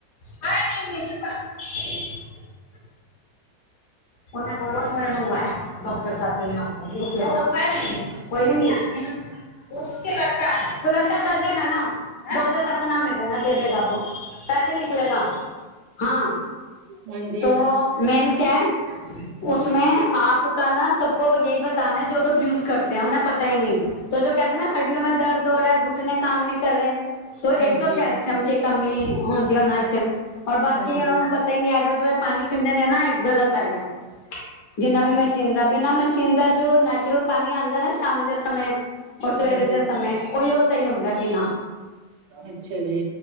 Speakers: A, on the left; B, on the right.
A: <unintelligible> ਉਹਨੇ ਬੋਲੋ ਉਨਹੋਣੇ ਮੰਗਵਾਇਆ ਡਾਕਟਰ ਸਾਹਿਬ <unintelligible> ਕੋਈ ਨਹੀਂ ਐ <unintelligible> ਲੜਕਾ ਕਰਤ ਰਏਗਾ ਨਾ। ਡੋਕਟਰ ਸਾਬ ਕਾ ਨਾਮ ਲੇਗਾ ਨਾ ਦੇ ਦੇਗਾ ਅਬ। ਪੈਸੇ ਲਿਖ ਲੇਗਾ। ਹਾਂ।
B: ਹਾਂਜੀ,
A: ਤੋ ਮੈਂਨ ਕਿਐ ਉਸਮੇ ਆਪ ਕਾ ਨਾ ਸਭਕੋ ਬ ਯਈ ਬਤਾਨੈ ਜੋ ਲੋਕ ਯੂਜ਼ ਕਰਤੇ ਐ। ਉਨਹੇ ਪਤੈ ਈ ਨੀ। ਜੋ-ਜੋ ਕੈਹਤੇ ਐ ਨਾ ਅੱਡਓ ਮੇ ਦਰਦ ਹੋ ਰਾ ਐ, ਘੁਟਨੇ ਕਾਮ ਨੀ ਕਰ ਰੇ ਤੋ ਏਕ
B: ਹਾਂਜੀ,
A: ਤੋਂ ਕੈਲ ਸ਼ੀਅਮ ਕੀ ਕਮੀ ਹੁੰਦੀ ਆ ਓਨਾਂ ਏੱਚ ਔਰ ਬਾਕੀ
B: ਹਾਂਜੀ,
A: ਓਨਾਂ ਨੂੰ ਪਤਾ ਈ ਨੀ ਐਗਾ ਜੋ ਐ ਪਾਨੀ ਪੀਂਦੇ ਨੇ ਨਾ ਗਲਤ ਹੈਗੈ। ਜਿੰਨਾ ਵੀ ਮਸ਼ੀਨ ਦਾ, ਬਿਨਾਂ ਮਸ਼ੀਨ ਦਾ ਜੋ ਨੈਚੁਰਲ ਪਾਨੀ ਆਂਦੈ ਨਾ ਸ਼ਾਮ ਦੇ ਸਮੇਂ ਔਰ
B: ਹਾਂਜੀ।
A: ਸਵੇਰੇ ਦੇ ਸਮਯ। ਓਯੀਓ ਸਈ ਹੁੰਦੈ ਪੀਨਾ।
B: ਅੱਛਾ ਜੀ।